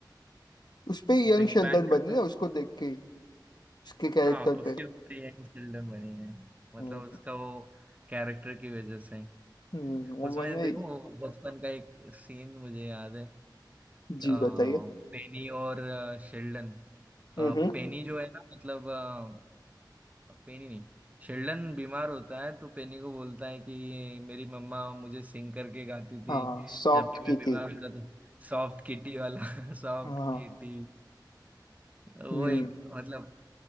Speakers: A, on the left; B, on the right.
A: उस पे यंग
B: बिग
A: शेल्डन
B: बैंग
A: बने
B: का जो
A: ना उसको देख के उसके कैरेक्टर
B: हाँ उसके
A: पे
B: ऊपर ये यंग चिल्ड्रन बनी है मतलब
A: हम्म
B: उसका वो कैरेक्टर की वजह से
A: हम्म, वो
B: उसमें
A: मैंने
B: देखो वो बचपन का एक सीन मुझे याद है
A: जी
B: आ,
A: बताइए
B: पेनी और आ, शेल्डन
A: हम्म
B: आ,
A: हम्म,
B: पेनी जो है ना मतलब आ, पेनी नहीं शेल्डन बीमार होता है तो पेनी को बोलता है कि मेरी मम्मा मुझे सिंग करके गाती थी
A: हाँ सॉफ्ट
B: जब भी
A: की
B: मैं बीमार
A: थी
B: होता था सॉफ्ट किटी वाला <laughs> Soft
A: हाँ
B: kitty वो
A: हम्म
B: एक मतलब